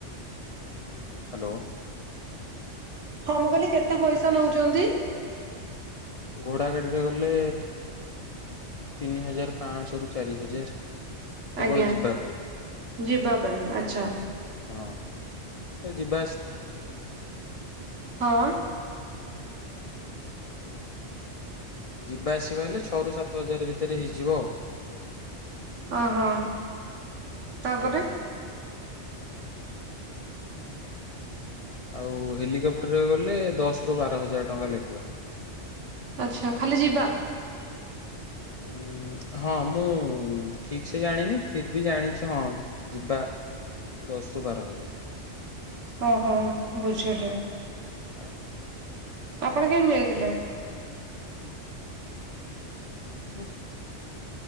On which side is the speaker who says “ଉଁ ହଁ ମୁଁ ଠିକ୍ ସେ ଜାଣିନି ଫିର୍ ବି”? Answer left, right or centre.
Left